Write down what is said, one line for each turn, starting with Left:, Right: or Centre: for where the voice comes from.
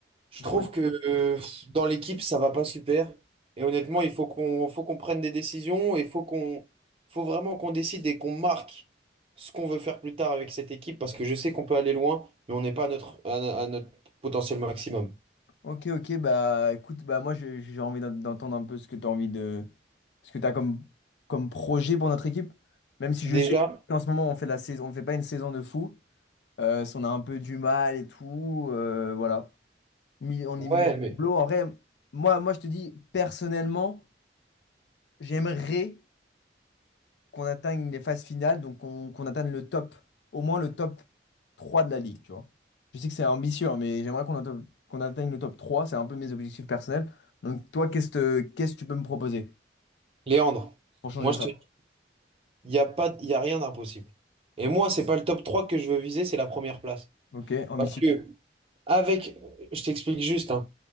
Right: Je
Left: Dis-moi.
Right: trouve que euh, dans l'équipe, ça va pas super. Et honnêtement, il faut qu'on faut qu'on prenne des décisions et faut qu'on faut vraiment qu'on décide et qu'on marque ce qu'on veut faire plus tard avec cette équipe parce que je sais qu'on peut aller loin, mais on n'est pas à notre, à, no- à notre potentiel maximum.
Left: Ok ok bah écoute bah moi j'ai j'ai envie d'en- d'entendre un peu ce que tu as envie de ce que tu as comme comme projet pour notre équipe même si
Right: Déjà,
Left: je sais qu'en ce moment on fait la saison on fait pas une saison de fou euh, si on a un peu du mal et tout euh, voilà Mi- on
Right: ouais,
Left: est milieu de
Right: mais
Left: tableau en vrai moi moi je te dis personnellement j'aimerais qu'on atteigne les phases finales, donc qu'on qu'on atteigne le top, au moins le top 3 de la ligue, tu vois. Je sais que c'est ambitieux, hein, mais j'aimerais qu'on atte- qu'on atteigne le top 3, c'est un peu mes objectifs personnels. Donc toi, qu'est-ce que qu'est-ce que tu peux me proposer
Right: Léandre,
Left: pour changer
Right: moi je
Left: ça?
Right: te dis, il n'y a pas, il y a rien d'impossible. Et moi, c'est pas le top 3 que je veux viser, c'est la première place.
Left: Ok, ambitieux.
Right: Parce que Avec, je t'explique juste, hein.